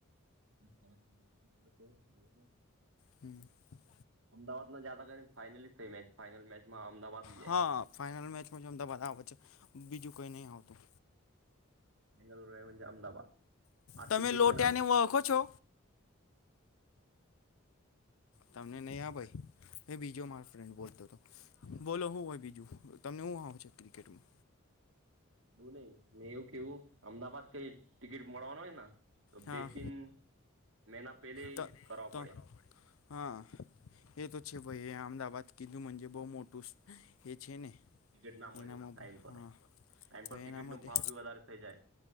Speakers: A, on the right; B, on the left.
A: <inaudible>
B: <unintelligible>
A: અમદાવાદમાં જતા કરીને ફાઇનલ થઈ મેચ ફાઈનલ મેચમાં અમદાવાદ જાય.
B: હા ફાઇનલ મેચમાં જ અમદાવાદ આવે છે બીજું કઈ નહી આવતું.
A: બેંગાલુરજ અમદાવાદ આ ટિકિટ
B: તમે લોટિયાને
A: બે ના આમ
B: ઓળખો છો તમને નહી આ ભાઈ મે બીજો મારો ફ્રેન્ડ બોલતો હતો બોલો હું હોય બીજું તમને એવું આવ છે ક્રિકેટમાં
A: બું નહી મેં એવું કેવું અમદાવાદ કઈ ટિકિટ મળવાનો હોય ના તો
B: હા
A: બે તીન મહિના પેલે
B: તો
A: કરવા
B: તો
A: પડે
B: હા એ તો છે ભાઈ અમદાવાદ કીધું મજ બહુ મોટું છે ને
A: ટિકટ ના મળે
B: એનામાં
A: ટાઈમ
B: ભાઈ
A: પર
B: હા
A: ટાઈમ
B: પરિણામ
A: પર ટિકિટ નો
B: તે
A: ભાવ ભી વધારે થઇ જાય